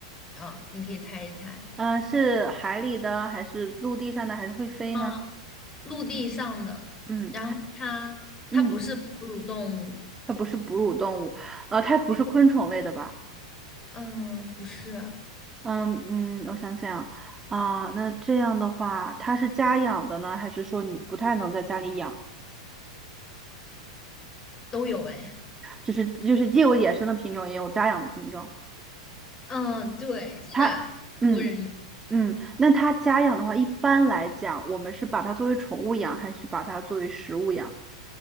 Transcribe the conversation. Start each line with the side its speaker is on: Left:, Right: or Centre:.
Left: 啊，你可以猜一猜。
Right: 嗯，是海里的还是陆地上的，还是会飞呢？
Left: 嗯，陆地上的，
Right: 嗯
Left: 然后它它不是哺乳动物。
Right: 嗯，它不是哺乳动物，呃，它不是昆虫类的吧？
Left: 对嗯，不是，
Right: 嗯嗯，我想想啊，那这样的话，它是家养的呢，还是说你不太能在家里养？
Left: 都有哎。
Right: 就是就是既有野生的品种，也有家养的品种。
Left: 嗯，对，现在很多人也
Right: 它嗯嗯，那它家养的话，一般来讲，我们是把它作为宠物养，还是把它作为食物养？